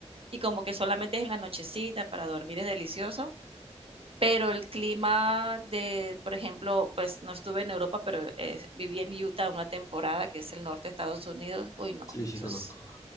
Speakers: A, on the right; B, on the left.
A: y como que solamente es en la nochecita, para dormir es delicioso, pero el clima de, por ejemplo, pues, no estuve en Europa, pero, eh, viví en Utah una temporada, que es el norte de Estados Unidos. Uy, no,
B: Sí, sí
A: eso
B: conozco.
A: es